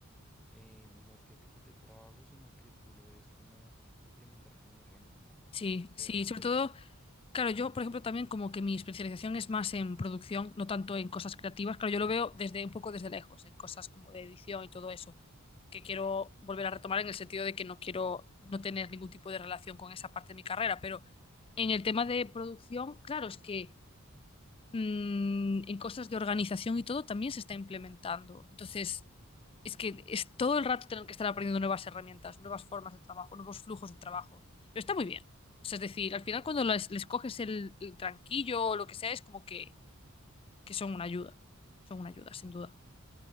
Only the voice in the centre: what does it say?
eh, no es que te quite el trabajo, sino que tú lo debes como implementar como una herramienta. O
sea,
digamos,
pues